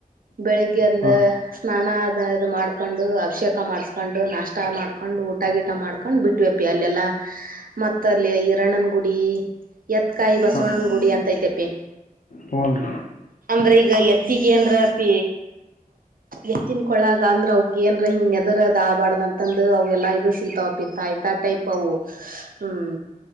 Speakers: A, on the right (about 70°); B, on the left (about 60°).
A: ಬೆಳಿಗ್ಗೆ ಒಂದ
B: ಹಾ
A: ಸ್ನಾನ ಇದು ಮಾಡ್ಕೊಂಡು ಅಭಿಷೇಕ ಮಾಡ್ಸ್ಕೊಂಡು ನಷ್ಟ ಮಾಡ್ಕೊಂಡು ಊಟ ಗೀಟ ಮಾಡ್ಕೊಂಡ್ ಬಿಟ್ವಪಿ ಅಲ್ಲೆಲ್ಲಾ ಮತ್ತ ಅಲ್ಲಿ ಹರಣ್ಯನ್ ಗುಡಿ ಎತ್ಕಾಯಿ ಬಸವಣನ
B: ಹಾ
A: ಗುಡಿ ಅಂತಐತೆಪ್ಪಿ
B: ಹ್ಞೂನ್ರಿ
A: ಅ್ರೆ ಈಗ ಎತ್ತಿಗೆ ಅನ್ರ ಪ ಎಷ್ಟನ್ ಕೊಳಗ ಅಂದ್ರ ಅವ್ಕ್ ೇಏ್ರ ಹಿಂಗ್ ನದರದ ಆಬಾರ್ದ್ ಅಂತಂದ ಅವ ಎಾ ಇದು ಸಿಗ್ತಾವಪ್ಪಿತ್ತ ಆಯ್ತಾ ಟೈಪ್ ಹ್ಮ್